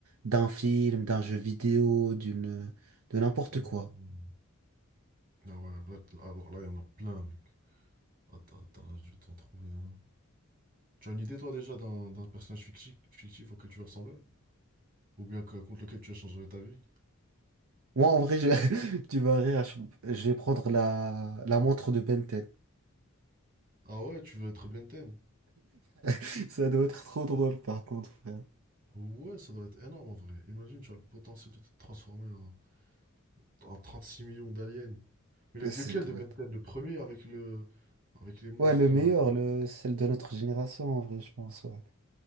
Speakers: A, on the right (about 75°); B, on the right (about 40°).
A: d'un film, d'un jeu vidéo, d'une, de n'importe
B: Mhm.
A: quoi.
B: Ah ouais, là, t- alors là, il y en a plein, mec. Attends, attends, là, je vais t'en trouver un. Tu as une idée, toi, déjà, d'un d'un personnage fictif, fictif auquel tu veux ressembler? Ou bien que- contre lequel tu as changé ta vie?
A: Moi, en vrai, je- <laughs> tu vas rire, je, je vais prendre la, la montre de Ben 10.
B: Ah ouais, tu veux être Ben 10?
A: <laughs> Ça doit être trop drôle, par contre, frère.
B: Ouais, ça doit être énorme en vrai. Imagine, tu as le potentiel de te transformer en, en 36 millions d'aliens. Mais le- lequel
A: Ça doit
B: de Ben
A: être-
B: 10? Le premier avec le, avec les monstres
A: Ouais, le meilleur,
B: là.
A: le, celle de notre génération, en vrai, je pense, ouais.